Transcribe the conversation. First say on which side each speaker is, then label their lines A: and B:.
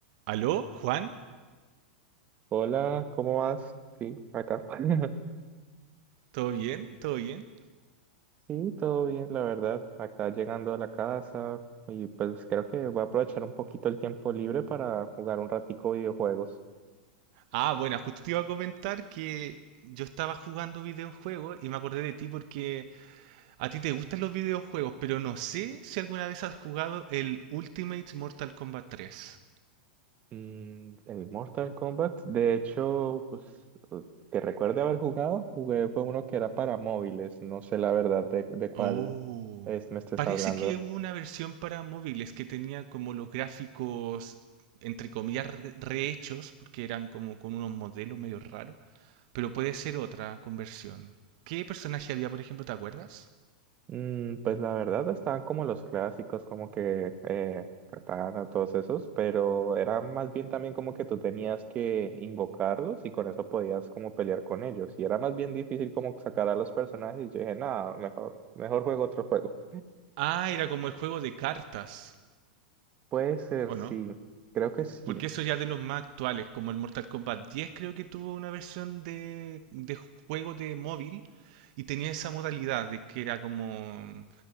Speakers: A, on the right; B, on the right.
A: ¿Aló, Juan?
B: Hola, ¿cómo vas? Sí, acá. <laughs>
A: ¿Todo bien? ¿Todo bien?
B: Sí, todo bien, la verdad. Acá llegando a la casa y pues creo que voy a aprovechar un poquito el tiempo libre para jugar un ratico videojuegos.
A: Ah, bueno, justo te iba a comentar que yo estaba jugando videojuegos y me acordé de ti porque a ti te gustan los videojuegos, pero no sé si alguna vez has jugado el Ultimate Mortal Kombat 3.
B: Mm, el Mortal Kombat, de hecho, pues eh, que recuerde haber jugado, jugué fue uno que era para móviles. No sé la verdad de, de cuál
A: Oh,
B: es me estés
A: parece
B: hablando.
A: que hubo una versión para móviles que tenía como los gráficos, entre comillas, re- rehechos, porque eran como con unos modelos medio raros, pero puede ser otra conversión. ¿Qué personaje había, por ejemplo, te acuerdas?
B: Mm, pues la verdad estaban como los clásicos, como que eh, Katana, todos esos, pero era más bien también como que tú tenías que invocarlos y con eso podías como pelear con ellos. Y era más bien difícil como sacar a los personajes y yo dije, nada, mejor, mejor juego otro juego.
A: Ah, era como el juego de cartas,
B: Puede ser,
A: ¿o
B: sí,
A: no?
B: creo que sí.
A: Porque eso ya es de los más actuales, como el Mortal Kombat 10 creo que tuvo una versión de, de juego de móvil y tenía esa modalidad de que era como